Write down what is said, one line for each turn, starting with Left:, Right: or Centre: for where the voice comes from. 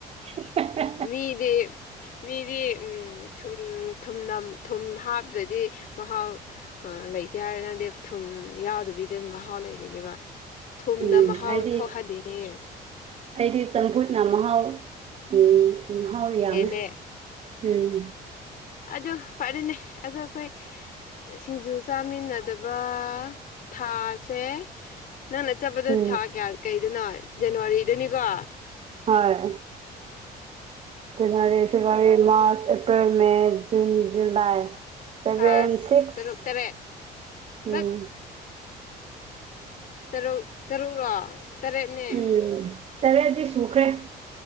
Right: <unintelligible>
Left: ꯃꯤꯗꯤ ꯃꯤꯗꯤ ꯎꯝ ꯊꯨꯝ ꯊꯨꯝꯅꯝ ꯊꯨꯝ ꯍꯥꯞꯇ꯭ꯔꯗꯤ ꯃꯍꯥꯎ ꯑ ꯂꯩꯇꯦ ꯍꯥꯏꯔꯅꯗꯤ ꯊꯨꯝ ꯌꯥꯎꯗꯕꯤꯗ ꯑꯗꯨꯝ ꯃꯍꯥꯎ ꯂꯩꯔꯤꯅꯦꯕ ꯊꯨꯝꯅ
Right: ꯎꯝ
Left: ꯃꯍꯥꯎ
Right: ꯍꯥꯏꯗꯤ
Left: ꯊꯣꯛꯍꯜꯂꯤꯅꯦ
Right: ꯑꯩꯗꯤ ꯆꯝꯐꯨꯠꯅ ꯃꯍꯥꯎ ꯎꯝ ꯃꯍꯥꯎ ꯌꯥꯝꯃꯦ
Left: ꯍꯦꯜꯂꯦ
Right: ꯎꯝ
Left: ꯑꯗꯨ ꯐꯔꯦꯅꯦ ꯑꯗꯣ ꯑꯩꯈꯣꯏ ꯁꯤꯡꯖꯨ ꯆꯥꯃꯤꯟꯅꯗꯕ ꯊꯥꯁꯦ ꯅꯪꯅ ꯆꯠꯄꯗ
Right: ꯎꯝ
Left: ꯊꯥ ꯀꯌꯥ ꯀꯩꯗꯅꯣ ꯖꯅꯋꯥꯔꯤꯗꯅꯤꯀꯣ
Right: ꯍꯣꯏ January February March April May June July ꯁꯚꯦꯟ
Left: ꯊꯥ
Right: ꯁꯤꯛꯁ
Left: ꯇꯔꯨꯛ ꯇꯔꯦꯠ
Right: ꯎꯝ
Left: ꯇꯠ ꯇꯔꯨꯛ ꯇꯔꯨꯛꯔꯣ ꯇꯔꯦꯠꯅꯦ
Right: ꯎꯝ ꯇꯔꯦꯠꯗꯤ ꯁꯨꯈ꯭ꯔꯦ